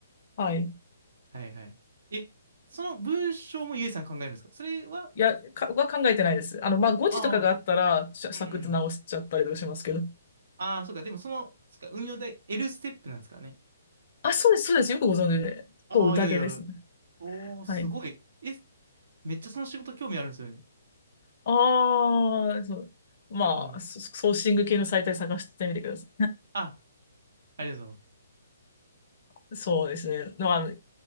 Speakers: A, on the left; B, on the right.
A: はい。
B: はいはい。え、その文章もゆえさん考えるんですかそれは、
A: いや、か、は考えてないです。あの、まあ、誤字とかがあったら、
B: ああ、
A: しゃサクッと直しちゃったりとかしますけど。
B: うんうん。ああ、そうか。でもその、そっか、運用代 L ステップなんですかね。
A: あ、そうです、そうです。よくご存知で。
B: ああ、
A: と、宴ですね。
B: いやいや。おー、すごい。
A: はい。
B: え、めっちゃその仕事興味あるんですよね。
A: ああ、そう。まあ、
B: はい。
A: ソソーシング系のサイトで探してみてくださ
B: あ、ありがとうご
A: い。<laughs> そうですね。まあ、あの、